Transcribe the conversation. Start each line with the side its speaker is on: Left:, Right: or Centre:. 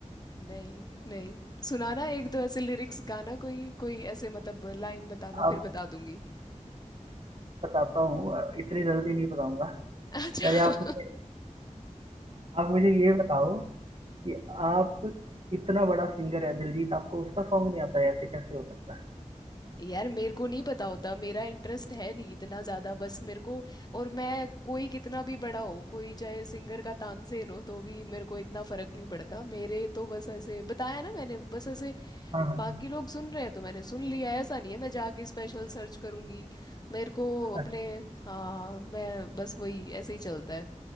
Left: नहीं नहीं सुनाना एक दो ऐसे लिरिक्स गाना कोई कोई ऐसे मतलब लाइन बताना
Right: अब
Left: फिर बता दूंगी
Right: बताता हूँ अ, इतनी जल्दी नहीं बताऊंगा
Left: अच्छा
Right: पहले आप मुझे आप मुझे ये बताओ कि आप इतना बड़ा सिंगर है दिलजीत आपको उसका सॉन्ग नहीं आता है ऐसे कैसे हो सकता है
Left: यार मेरे को नहीं पता होता मेरा इंटरेस्ट है नहीं इतना ज़्यादा बस मेरे को और मैं कोई कितना भी बड़ा हो कोई चाहे सिंगर का तानसेन हो तो भी मेरे को इतना फर्क नहीं पड़ता मेरे तो बस ऐसे बताया ना मैंने बस ऐसे
Right: हाँ हाँ
Left: बाकी लोग सुन रहे हैं तो मैंने सुन लिया ऐसा नहीं है मैं जाके स्पेशल सर्च करूंगी मेरे को
Right: अच्छा,
Left: अपने हाँ मैं बस वही ऐसे ही चलता है